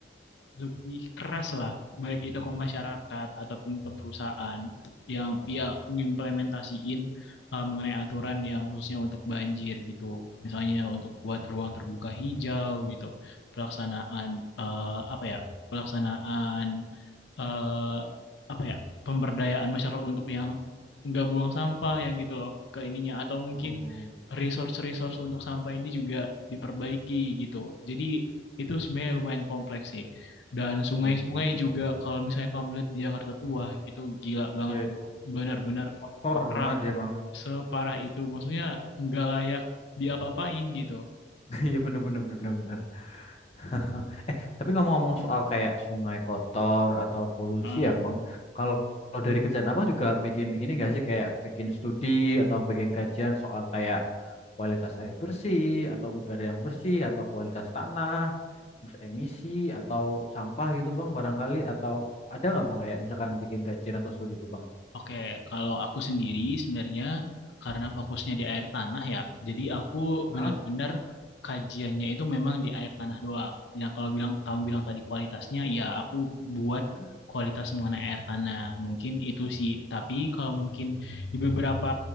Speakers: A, on the left; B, on the left.
A: lebih keras lah, baik itu ke masyarakat ataupun ke perusahaan yang dia mengimplementasiin uh, mengenai aturan yang khususnya untuk banjir gitu. Misalnya untuk buat ruang terbuka hijau gitu, pelaksanaan uh, apa ya, pelaksanaan eh, apa ya pemberdayaan masyarakat untuk yang nggak buang sampah yang gitu loh ke ininya atau mungkin
B: Oh,
A: resource-resource untuk sampah ini juga diperbaiki gitu. Jadi itu sebenarnya lumayan kompleks sih. Dan sungai-sungai
B: Iya sih betul
A: juga
B: betul.
A: kalau misalnya kamu lihat di Jakarta tua itu gila banget.
B: Iya itu
A: Benar-benar
B: tor
A: parah,
B: banget ya bang.
A: separah itu. Maksudnya nggak layak diapa-apain gitu.
B: <laughs> Iya bener bener bener bener. <laughs> Eh tapi ngomong-ngomong soal kayak sungai kotor atau polusi
A: Heeh.
B: ya bang. Kalau kalau dari kerjaan abang juga bikin ini nggak sih kayak bikin studi atau bikin kajian soal kayak kualitas air bersih atau udara yang bersih atau kualitas tanah terus emisi atau sampah gitu bang barangkali atau ada nggak bang kayak misalkan bikin kajian atau studi itu bang?
A: Oke, kalau aku sendiri sebenarnya karena fokusnya di air tanah ya, jadi aku
B: Hah?
A: benar-benar kajiannya itu memang di air tanah doang. Nah, kalau bilang kamu bilang tadi kualitasnya, ya aku buat
B: Hmm?
A: kualitas mengenai air tanah. Mungkin itu sih, tapi kalau mungkin di beberapa